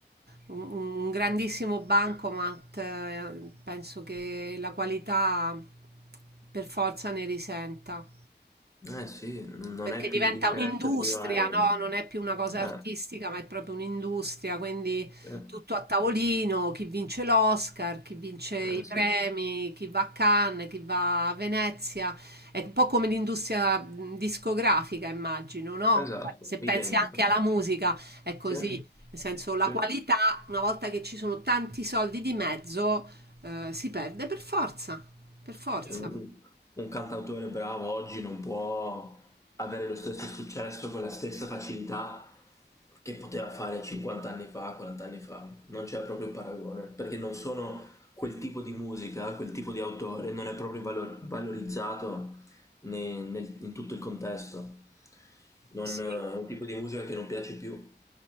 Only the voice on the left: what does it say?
Eh sì, non
è più
l'interesse
primario.
Eh,
eh,
eh
sì.
Esatto,
identico.
Sì,
sì.
Un, un cantautore bravo oggi non può avere lo stesso successo con la stessa facilità che poteva fare 50 anni fa, 40 anni fa. Non c'è proprio paragone, perché non sono quel tipo di musica, quel tipo di autore, non è proprio valo- valorizzato ne- nel- in tutto il contesto. Non,
eh, è un tipo di musica che non piace più.